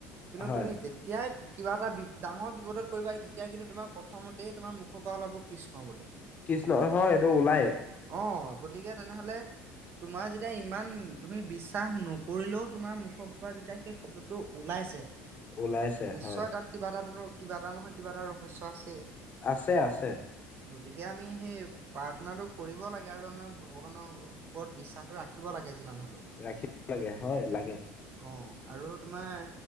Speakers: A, on the right; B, on the left.
A: কিন্তু
B: হয়
A: তুমি যেতিয়াই কিবা এটা বি ডাঙৰ বিপদত পৰিব তেতিয়া কিন্তু তোমাৰ প্ৰথমতেই তোমাৰ মুখৰ পৰা ওলাব কৃষ্ণ বুলি।
B: কৃষ্ণ হয় এইটো ওলায়।
A: অ', গতিকে তেনেহলে তোমাৰ যেতিয়া ইমান তুমি বিশ্বাস নকৰিলেও তোমাৰ মুখৰ পৰা যেতিয়া সেই শব্দটো ওলাইছে
B: ওলাইছে
A: নিশ্চয়
B: হয়
A: তাত কিবা এটা কিবা এটা নহয় কিবা এটা ৰহস্য আছেই।
B: আছে, আছে।
A: গতিকে আমি সেই প্ৰাৰ্থনাটো কৰিব লাগে আৰু আমাৰ ভগৱানৰ ওপৰত বিশ্বাসটো ৰাখিব লাগে যিমান হ'লেও।
B: ৰাখিব লাগে হয় লাগে।
A: অ', আৰু তোমাৰ